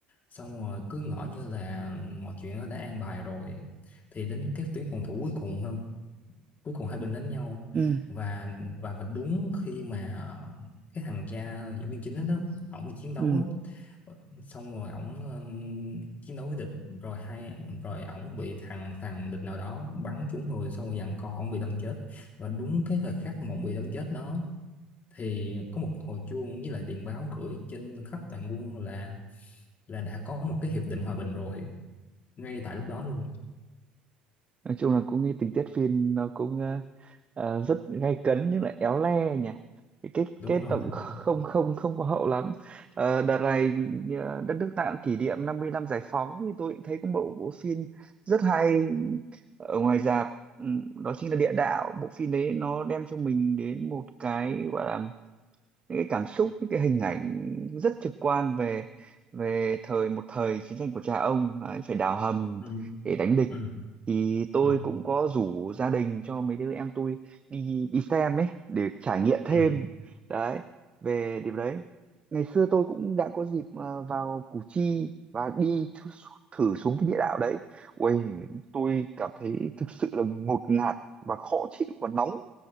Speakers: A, on the left (about 40°); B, on the right (about 25°).
A: xong rồi cứ ngỡ như là mọi chuyện nó đã an bài rồi thì đến cái tuyến phòng thủ cuối cùng hơn cuối cùng hai bên đánh nhau
B: ừ
A: và và và đúng khi mà cái thằng cha diễn viên chính đó, đó ổng đi chiến đấu
B: ừ
A: á, xong rồi ổng ừ, chiến đấu với địch rồi hai rồi ổng bị thằng thằng địch nào đó bắn trúng người xong rồi giằng co ổng bị đâm chết và đúng cái thời khắc mà ổng bị đâm chết đó thì có một hồi chuông với lại điện báo gửi trên khắp toàn quân là là đã có một cái hiệp định hòa bình rồi ngay tại lúc đó luôn
B: nói chung là cũng cái tình tiết phim nó cũng ờ, ờ, rất gay cấn nhưng lại éo le nhỉ cái kết
A: đúng
B: kết
A: rồi
B: nó cũng không
A: đúng rồi
B: không không có hậu lắm Ờ, đợt này ờ, đất nước ta cũng kỷ niệm 50 năm giải phóng thì tôi cũng thấy có một bộ phim rất hay ở ngoài rạp Ừm, đó chính là Địa Đạo bộ phim đấy nó đem cho mình đến một cái gọi là những cái cảm xúc những cái hình ảnh rất trực quan về về thời một thời chiến tranh của cha ông ấy, phải đào hầm
A: ừ
B: để đánh địch
A: ừ
B: thì tôi
A: ừ
B: cũng có rủ gia đình cho mấy đứa em tôi đi đi xem ấy để trải nghiệm thêm
A: ừ
B: đấy về điểm đấy ngày xưa tôi cũng đã có dịp ờ, vào Củ Chi và đi thử, thử xuống cái địa đạo đấy ui tôi cảm thấy thực sự là ngột ngạt và khó chịu và nóng